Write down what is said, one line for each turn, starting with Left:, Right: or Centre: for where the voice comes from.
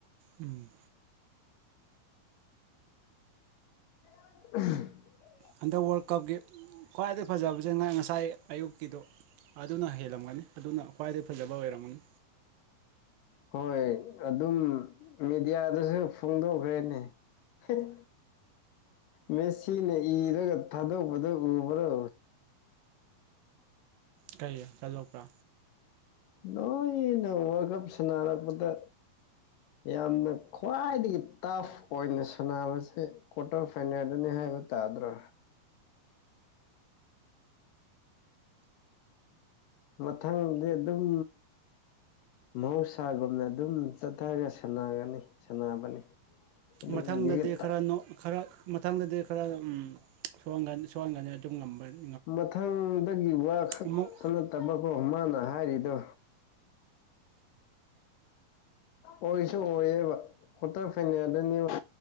Right: ꯎꯝ
Left: ꯎꯍꯝꯝ
Right: ꯍꯟꯗꯛ ꯋꯥꯔꯜ ꯀꯞꯀꯤ ꯈ꯭ꯋꯥꯏꯗꯩ ꯐꯖꯕꯁꯦ ꯉꯥꯏ ꯉꯁꯥꯏ ꯑꯌꯨꯛꯀꯤꯗꯨꯣ ꯑꯗꯨꯅ ꯍꯦꯜꯂꯝꯒꯅꯤ ꯑꯗꯨꯅ ꯈ꯭ꯋꯥꯏꯗꯒꯤꯩ ꯐꯖꯕ ꯑꯣꯏꯔꯝꯒꯅꯤ
Left: ꯍꯣꯏ ꯑꯗꯨꯝ ꯃꯦꯗꯤꯌꯥꯗꯁꯨ ꯐꯣꯡꯗꯣꯛꯈ꯭ꯔꯦꯅꯦ ꯐꯔ ꯃꯦꯁꯤꯅ ꯏꯔꯒ ꯊꯥꯗꯣꯛꯄꯗ ꯎꯕ꯭ꯔꯣ
Right: ꯀꯩ ꯆꯠꯂꯣꯛꯄ꯭ꯔꯥ
Left: ꯅꯣꯏꯩꯅ ꯋꯥꯔꯜ ꯀꯞ ꯁꯅꯔꯛꯄꯗ ꯌꯥꯝꯅ ꯈ꯭ꯋꯥꯏꯗꯒꯤ ꯇꯐ ꯑꯣꯏꯅ ꯁꯥꯟꯅꯕꯁꯦ ꯀ꯭ꯋꯥꯇꯔ ꯐꯥꯏꯅꯦꯜꯗꯅꯤ ꯍꯥꯏ ꯕ ꯇꯗ꯭ꯔꯣ ꯃꯊꯪꯗꯤ ꯑꯗꯨꯝ ꯃꯍꯧꯁꯥ ꯏꯁꯥꯒꯨꯝꯅ ꯑꯗꯨꯝ ꯆꯠꯊꯔꯒ ꯁꯥꯟꯅꯒꯅꯤ ꯁꯥꯟꯅꯕꯅꯤ ꯑꯗꯨꯒꯤ
Right: ꯃꯊꯪꯗꯗꯤ ꯈꯔ ꯈꯔ ꯃꯊꯪꯗꯗꯤ ꯈꯔ ꯁꯍꯟꯅꯤ ꯁꯣꯛꯍꯣꯟꯒꯅꯤ ꯑꯗꯨꯝ ꯉꯝꯕꯅꯤ
Left: ꯃꯊꯪꯗꯒꯤ ꯋꯥ ꯈꯛꯇ
Right: ꯑꯃꯨꯛ
Left: ꯅꯠꯇꯕꯀꯣ ꯃꯥꯅ ꯍꯥꯏꯔꯤꯗꯣ ꯑꯣꯏꯁꯨ ꯑꯣꯏꯌꯦꯦꯕ ꯈꯠꯇ ꯐꯅꯗꯅꯦꯕ